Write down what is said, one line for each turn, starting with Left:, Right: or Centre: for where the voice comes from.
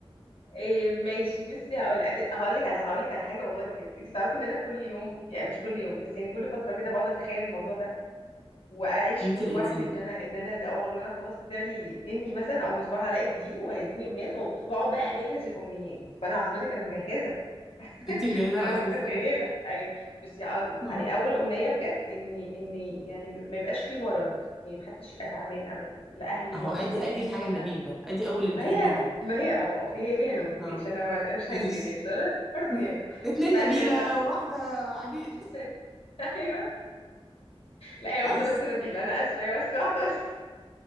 Left: إيه ماشي بس هقول هقول لك على هقول لك على حاجه والله بجد انت تعرفي ان انا كل يوم يعني مش كل يوم بس يعني كل فتره كده بقعد اتخيل الموضوع ده واعيش
Centre: انت
Left: في الوهم
Centre: لقيتيه
Left: ان انا ان انا ده او ان انا خلاص طلعلي جني مثلا او مصباح علاء الدين وهيديني امنيات وبقعد بقى اجهز الامنيات فانا حضرتك انا مجهزه <laughs>
Centre: انت مجهزاها
Left: عشان انا
Centre: اساسا
Left: متخيله ايوه بس هي
Centre: اه
Left: اول امنيه بجد ان ان يعني ما يبقاش في مرض يعني محدش يبقى تعبان ابدا لا اهلي
Centre: اهو
Left: ولا
Centre: ادي
Left: صحابي
Centre: ادي
Left: ولا
Centre: الحاجه
Left: انا
Centre: النبيله ادي اول الن-
Left: ما
Centre: النبل
Left: هي ما هي اه اه في هي فيها نبل
Centre: اه
Left: ماشي انا ما- مش
Centre: ماشي
Left: هنكر يعني بس انا برضه
Centre: آه.
Left: يعني
Centre: اتنين
Left: فانا
Centre: نبيله
Left: عشان انا
Centre: واحده عبيد
Left: <laughs> ايوه لا هي واحده
Centre: ماشي
Left: بس نبيل انا اسفه هي بس واحده بس